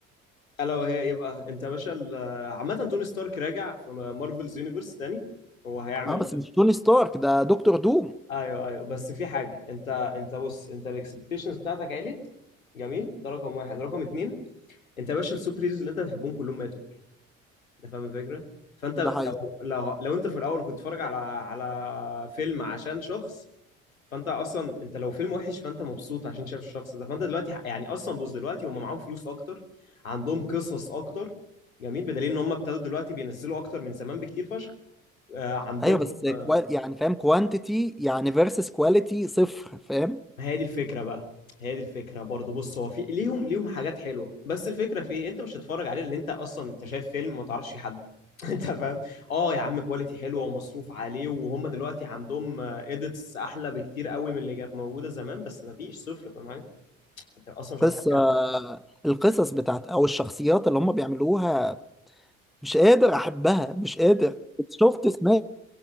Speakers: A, on the left (about 80°); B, in the centre.
A: الا وهي ايه بقى انت يا باشا ال- عامه توني ستارك راجع في مارفلز يونيفرس تاني هو هيعمل
B: اه بس مش توني ستارك ده دكتور دوم
A: ايوه ايوه بس في حاجه انت انت بص انت الاكسبكتيشنز بتاعتك عالت جميل ده رقم واحد رقم اتنين انت يا باشا السوبر هيروز اللي انت بتحبهم كلهم ماتوا انت فاهم الفكره فانت
B: ده حقيقي
A: لو لو لو انت في الاول كنت بتتفرج على على فيلم عشان شخص فانت اصلا انت لو فيلم وحش فانت مبسوط عشان شايف الشخص ده فانت دلوقتي ح- يعني اصلا بص دلوقتي هم معاهم فلوس اكتر عندهم قصص اكتر جميل بدليل ان هم ابتدوا دلوقتي بينزلوا اكتر من زمان بكتير فشخ آه عندهم
B: ايوه بس
A: آه
B: كوال... يعني فاهم كوانتيتي يعني فيرسس كواليتي صفر فاهم
A: هي دي الفكره بقى هي دي الفكره برضه بص هو في ليهم ليهم حاجات حلوه بس الفكره في ايه انت مش هتتفرج عليه لان انت اصلا انت شايف فيلم ما تعرفش فيه حد <laughs> انت فاهم اه يا عم كواليتي حلوه ومصروف عليه وهم دلوقتي عندهم اديتس احلى بكتير قوي من اللي كانت موجوده زمان بس ما فيش صفر فاهم حاجه انت اصلا مش
B: قصة
A: عارف تتكلم
B: القصص بتاعت او الشخصيات اللي هم بيعملوها مش قادر احبها مش قادر شفت اسمها